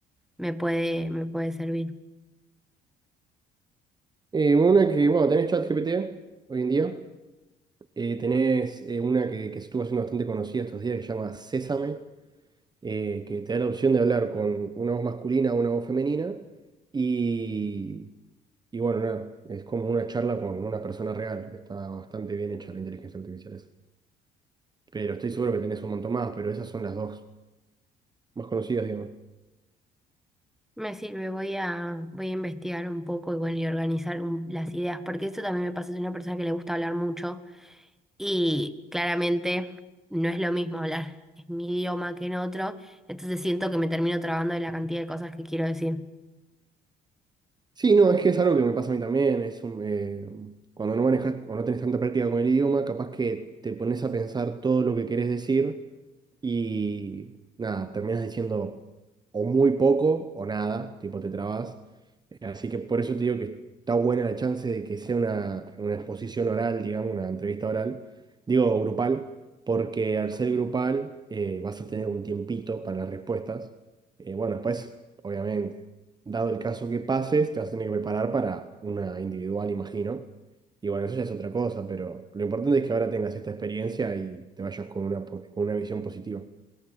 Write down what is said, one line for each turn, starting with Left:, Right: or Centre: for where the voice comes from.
Centre: me puede, me puede servir?
Right: Eh, una que, bueno, tenés ChatGPT hoy en día. Eh, tenés eh, una que, que estuvo haciendo bastante conocida estos días que se llama Sésame, eh, que te da la opción de hablar con una voz masculina o una voz femenina. Y, y bueno, nada, es como una charla con una persona real. Está bastante bien hecha la inteligencia artificial esa. Pero estoy seguro que tenés un montón más, pero esas son las dos más conocidas, digamos.
Centre: Me sirve, voy a, voy a investigar un poco y bueno, y organizar un- las ideas, porque eso también me pasa, soy una persona que le gusta hablar mucho y claramente no es lo mismo hablar en mi idioma que en otro, entonces siento que me termino trabando de la cantidad de cosas que quiero decir.
Right: Sí, no, es que es algo que me pasa a mí también. Es un, eh, cuando no manejas o no tenés tanta práctica con el idioma, capaz que te pones a pensar todo lo que querés decir. y nada, terminas diciendo o muy poco o nada, tipo te trabas. Eh, Así que por eso te digo que está buena la chance de que sea una, una exposición oral, digamos, una entrevista oral, digo grupal, porque al ser grupal eh, vas a tener un tiempito para las respuestas. Eh, bueno, después, obviamente, dado el caso que pases, te vas a tener que preparar para una individual, imagino. Y bueno, eso ya es otra cosa, pero lo importante es que ahora tengas esta experiencia y te vayas con una, po- con una visión positiva.